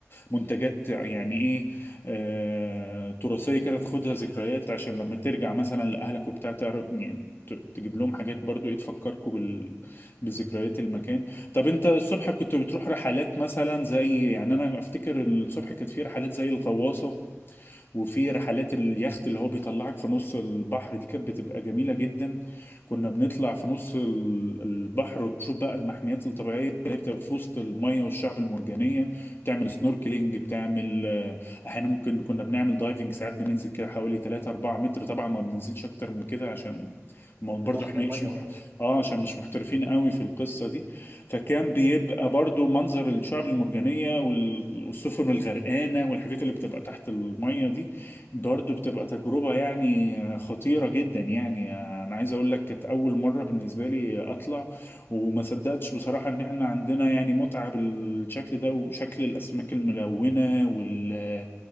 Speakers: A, on the left; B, on the right.
A: منتجات يعني ايه آه، تراثية كده تاخدها ذكريات عشان لما ترجع مثلا لأهلك وبتاع تعرف يعني ت- تجيب لهم حاجات برضو ايه تفكركوا بال... بذكريات المكان طب انت الصبح كنت بتروح رحلات مثلا زي يعني انا افتكر الصبح كانت في رحلات زي الغواصة وفي رحلات اليخت اللي هو بيطلعك في نص البحر دي كانت بتبقى جميلة جدا كنا بنطلع في نص ال- البحر وتشوف بقى المحميات الطبيعية اللي هي بتبقى في وسط المية والشعب المرجانية بتعمل سنوركلينج بتعمل آه، احيانا ممكن كنا بنعمل دايفنج ساعات بننزل كده حوالي 3 4 متر طبعا ما بننزلش اكتر من كده عشان ما برضو
B: ضغط
A: احنا
B: المية
A: مش مح...
B: اه
A: اه عشان مش محترفين قوي في القصة دي فكان بيبقى برضو منظر الشعب المرجانية وال- والسفن الغرقانة والحاجات اللي بتبقى تحت المية دي برضو بتبقى تجربة يعني خطيرة جدا يعني أنا عايز أقول لك كانت أول مرة بالنسبة لي أطلع وما صدقتش بصراحة إن إحنا عندنا يعني متعة بالشكل ده وشكل الأسماك الملونة وال...